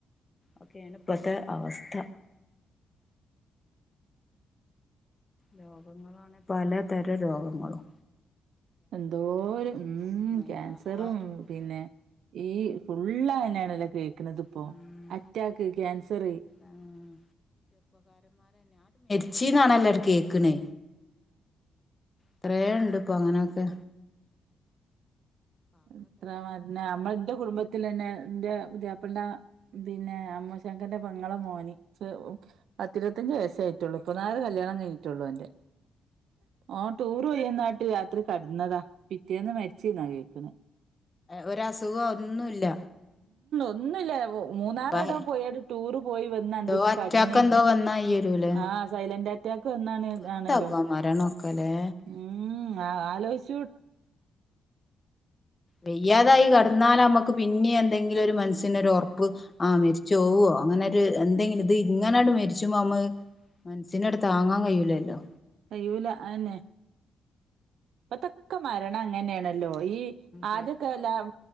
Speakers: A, on the left; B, on the right.
A: ഒക്കേണ് ഇപ്പത്തെ അവസ്ഥ രോഗങ്ങളാണെ പലതരംരോഗങ്ങളും.
B: എന്തോരം ഉം
A: എല്ലാർക്കും
B: ക്യാൻസറും പിന്നെ ഈ ഫുള്ളതന്നെ. ക്ക്ണത്പ്പോ
A: ഉം
B: അറ്റാക്ക് കാൻസർ
A: ആഹ് ച്ച്ന്നാണല്ലോ ആണ്ട് കേ ക്ക്ണ് എത്രേണ്ട്പ്പൊ അങ്ങനൊക്കെ.
B: എത്ര മര്നാ നമ്മൾ ഇന്റെ കുടുംബത്തിലെന്നെ ഇൻ്റെ പതിയാപ്പിളന്റെ പിന്നെ അമ്മോശാക്കന്റെ പെങ്ങളെ മോന് ചെ ഒ പത്തിരുവത്തഞ്ച് വയസ്സായിട്ടുള്ളൂ ഇപ്പനാരെ കല്യാണം കഴിഞ്ഞിട്ടൊള്ളു ഓന്റെ. ഓൻ ടൂർ പോയന്നാട്ട് രാത്രി കടന്നതാ. പിറ്റേന്ന് മരിച്ച് ന്നാ കേക്ക്ണ്.
A: ഒര് അസുഖോ ഒന്നുല്ല.
B: ഒന്നുല്ലാവോ. മൂന്നാറ്
A: അപ്പ
B: എവിടോ പോയാണ്ട് ടൂറ് പോയി വന്ന്
A: എന്തോ
B: അന്തിക്ക്
A: അറ്റാക്ക്
B: കട്ന്ന്
A: എന്തോ വന്നായി വരൂലേ
B: ആ സൈലന്റ് അറ്റ് ഇപ്പ എന്നാണ് അതാണലോ
A: എത്താപ്പ മരണൊക്കെല്ലേ
B: ഉം ആ ആ ആലോയ്ച്
A: വയ്യാതായി കടന്നാല അമ്മക്ക് പിന്നിം എന്തെങ്കിലും ഒരു മനസ്സിനൊരു ഒർപ്പ് ആ മരിച്ചോവോ അങ്ങനൊരു എന്തെങ്കിലും ഇത് ഇങ്ങനെണ്ട് മരിച്ചുമ്പോ അമ്മക്ക് മനസ്സിന് ആണ്ട് താങ്ങാൻ കയ്യൂലല്ലോ
B: കയ്യൂല അതന്നെ. ഇപ്പത്തൊക്കെ മരണം അങ്ങനേണ് ല്ലോ ഈ ആദ്യക്കെല്ലാം
A: കേക്കണ